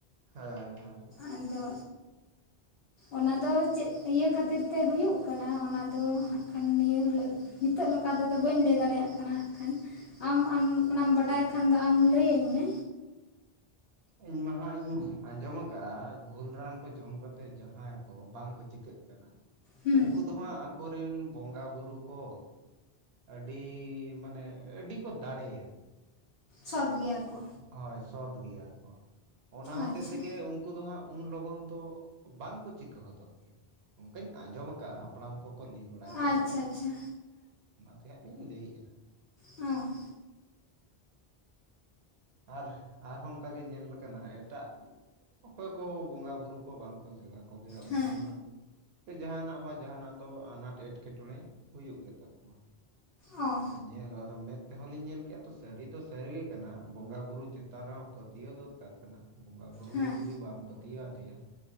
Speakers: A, on the right; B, on the left.
A: ᱦᱮᱸ ᱦᱮᱸ
B: ᱟᱸᱫᱚ ᱚᱱᱟ ᱫᱚ ᱪᱮᱫ ᱤᱭᱟᱹ ᱠᱷᱟᱹᱛᱤᱨ ᱛᱮ ᱦᱩᱭᱩᱜ ᱠᱟᱱᱟ, ᱚᱱᱟ ᱫᱚ ᱦᱟᱸᱜ ᱠᱷᱟᱱ ᱱᱤᱭᱟᱹ ᱦᱤᱞᱟᱹᱜ ᱱᱤᱛᱚᱜ ᱱᱚᱠᱟ ᱛᱮᱫᱚ ᱵᱟᱹᱧ ᱞᱟᱹᱭ ᱫᱟᱲᱮᱭᱟᱜ ᱠᱟᱱᱟ ᱦᱟᱸᱜ ᱠᱷᱟᱱ? ᱟᱢ ᱟᱢ ᱚᱱᱟᱢ ᱵᱟᱰᱟᱭ ᱠᱷᱟᱱ ᱫᱚ ᱟᱢ ᱞᱟᱹᱭ ᱟᱧ ᱢᱮ᱾
A: ᱤᱧ ᱢᱟ ᱦᱟᱸᱜ ᱤᱧ ᱟᱸᱡᱚᱢ ᱟᱠᱟᱜᱼᱟ ᱜᱷᱩᱞ ᱨᱟᱱ ᱠᱚ ᱡᱚᱢ ᱠᱟᱛᱮᱜ ᱡᱟᱦᱟᱸᱭ ᱠᱚ ᱵᱟᱝ ᱠᱚ ᱪᱤᱠᱟᱹᱜ ᱠᱟᱱᱟ
B: ᱦᱩᱸ
A: ᱩᱸᱠᱩ ᱫᱚ ᱦᱟᱸᱜ ᱟᱠᱚ ᱨᱮᱱ ᱵᱚᱸᱜᱟ ᱵᱩᱨᱩ ᱠᱚ ᱟᱹᱰᱤ ᱢᱟᱱᱮ ᱟᱹᱰᱤ ᱠᱚ ᱫᱟᱲᱮᱭᱟ᱾
B: ᱥᱚᱛ ᱜᱮᱭᱟ ᱠᱚ᱾
A: ᱦᱳᱭ ᱥᱚᱛ ᱜᱮᱭᱟ ᱠᱚ ᱚᱱᱟ ᱦᱚᱛᱮ
B: ᱟᱪᱪᱷᱟ
A: ᱛᱮᱜᱮᱼᱼ ᱩᱱᱠᱩ ᱫᱚ ᱦᱟᱸᱜ ᱩᱱ ᱞᱚᱜᱚᱱ ᱫᱚ ᱵᱟᱝ ᱠᱚ ᱪᱤᱠᱟᱹ ᱦᱚᱫᱚᱜ ᱜᱮᱭᱟ ᱚᱱᱠᱟᱧ ᱟᱸᱡᱚᱢ ᱟᱠᱟᱫᱼᱟ ᱦᱟᱯᱲᱟᱢ ᱠᱚᱼᱼ ᱠᱚ ᱞᱟᱹᱭ ᱵᱟᱲᱟᱭ ᱜᱮᱭᱟ
B: ᱟᱪᱪᱷᱟ
A: ᱛᱚ
B: ᱟᱪᱪᱷᱟ
A: ᱚᱱᱟᱛᱮ ᱦᱟᱸᱜ ᱞᱤᱧ ᱞᱟᱹᱭᱮᱜᱼᱟ᱾
B: ᱦᱩᱸ᱾
A: ᱟᱨ ᱟᱨᱦᱚᱸ ᱚᱱᱠᱟᱜ ᱜᱮ ᱧᱮᱞᱟᱠᱟᱱᱟ ᱮᱴᱟᱜᱼᱼ ᱚᱠᱚᱭ ᱠᱚ ᱵᱚᱸᱜᱟᱼᱵᱩᱨᱩ ᱠᱚ ᱵᱟᱝᱠᱚ ᱥᱮᱵᱟ ᱠᱚᱜᱮᱭᱟ ᱩᱱᱠᱩ
B: ᱦᱮᱸ
A: ᱫᱚ ᱦᱟᱸᱜᱼᱼ ᱥᱮ ᱡᱟᱦᱱᱟᱜ ᱵᱟ ᱡᱟᱦᱟᱱᱟᱜ ᱫᱚ ᱟᱱᱟᱴ ᱮᱸᱴᱠᱮᱴᱚᱬᱮ ᱦᱩᱭᱩᱜ ᱜᱮᱛᱟ ᱠᱚᱣᱟ᱾
B: ᱚᱼᱼ
A: ᱧᱮᱞ ᱦᱚ ᱟᱫᱚ ᱢᱮᱸᱫ ᱛᱮᱦᱚᱸᱞᱤᱧ ᱧᱮᱞ ᱠᱮᱫᱼᱟ ᱛᱚ ᱥᱟᱹᱨᱤ ᱫᱚ ᱥᱟᱹᱨᱤᱜ ᱜᱮ ᱠᱟᱱᱟ ᱵᱚᱸᱜᱟ ᱵᱩᱨᱩ ᱪᱮᱛᱟᱱ ᱨᱮᱦᱚᱸ ᱯᱟᱹᱛᱤᱭᱟᱹᱣ ᱫᱚᱼᱼ ᱫᱚᱨᱠᱟᱨ ᱠᱟᱱᱟ ᱵᱚᱸᱜᱟᱼ ᱵᱩᱨᱩ
B: ᱦᱮᱸ
A: ᱜᱮ ᱡᱩᱫᱤ ᱵᱟᱢ ᱯᱟᱹᱛᱤᱭᱟᱹᱣ ᱟᱫᱮᱭᱟᱼᱼ